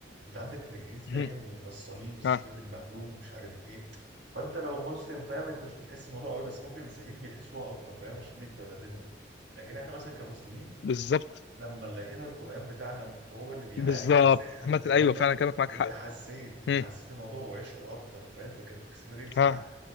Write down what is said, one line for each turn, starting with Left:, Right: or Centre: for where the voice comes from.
Right: انت عندك في الانجليزي
Left: مم.
Right: دايما بيبقى الصليب الصليب
Left: ها
Right: المقلوب مش عارف ايه فانت لو مسلم فاهم انت مش بتحس الموضوع قوي بس ممكن المسيحيين بيحسوها اكتر فاهم عشان دي بتبقى دينهم لكن احنا مثلا كمسلمين
Left: بالظبط
Right: لما لقينا القرآن بتاعنا هو اللي بيعالج
Left: بالظبط
Right: السحر
Left: عامة
Right: والكلام
Left: ايوه
Right: ده
Left: فعلا كلامك معاك
Right: انت
Left: حق
Right: حسيت انت
Left: مم.
Right: حسيت الموضوع وعشته اكتر فاهم فكانت اكسبيرينس
Left: ها
Right: اعلى